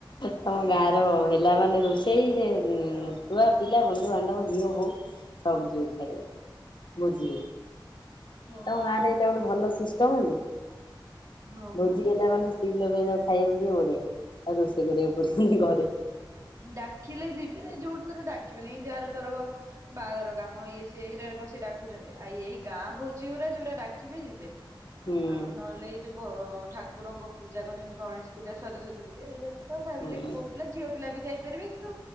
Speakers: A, on the left; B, on the right.
A: ତମ ଗାଁର ହେଲାମାନେ ରୋଷେଇ ସେ
B: ହଁ।
A: ଛୁଆ ପିଲା ବନ୍ଧୁବାନ୍ଧବ ଝିଅ ବୋହୁ ସବୁ ଯିବେ ଖାଇବା ବୋଝି
B: ହଉ
A: ତମ ଗାଁରେ ଏଇଟା ଗୋଟେ ଭଲ ସିଷ୍ଟମ ଯେ।
B: ହଁ
A: ଭୋଜି
B: ବା
A: ହେଲା ମାନେ ସ୍ତ୍ରୀ ଲୋକଯାକ ଖାଇବାକୁ ଜିବେ ବଢିଆ। ଆଉ ରୋଷେଇ କରିବାକୁ ପଡିବନି ଘରେ।
B: ଡାକିଲେ ଯିବେ ଯୋଉଠି ଥରେ ଡାକିବେନି ଯାହାର ଧରବ ବାହାଘର କାମ ଇଏ ସେ ଏଇ କଣ ସେ ଡାକୁଛନ୍ତି। ଆ ଏଇ ଗାଁ ଭୋଜି ଗୁଡା ଯୋଉରା ଡାକିବେ ଯିବେ।
A: ହୁଁ
B: ଆଉ ନହେଲେ ଏଇ ଯୋଉ ଭ ଠାକୁରଙ୍କ ପୂଜା କରୁଛନ୍ତି ଗଣେଶ ପୂଜା ସରସ୍ଵତୀ ପୂଜା ଏଇରା ତ ଖାଲିପୁଅ
A: ହୁଁ
B: ପିଲା ଝିଅ ପିଲା ବି ଯାଇପାରିବେ କିନ୍ତୁ